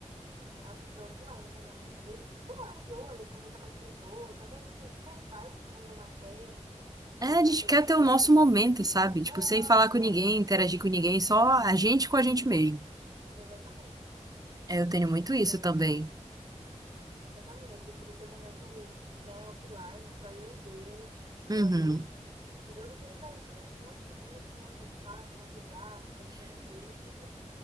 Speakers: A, on the right (about 45°); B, on the right (about 30°).
A: Aí eu prefiro offline também. Às vezes, sei lá, enjoa de conversar com as pessoas, só quer, tipo, ficar em paz, né, ver uma série,
B: É,
A: alguma
B: a gente
A: coisa
B: quer
A: assim
B: ter o
A: do
B: nosso
A: tipo.
B: momento, sabe? Tipo,
A: É, aham,
B: sem falar com ninguém, interagir com ninguém, só a gente com a gente mesmo.
A: exatamente.
B: É, Eu tenho muito isso
A: É,
B: também.
A: Eu também, eu prefiro ter um momento, né, offline, só eu e Deus,
B: Uhum.
A: só eu e Deus, do que ficar enchendo um monte de gente, enchendo meu saco, na pisada, ficar enchendo linguiça. Eu,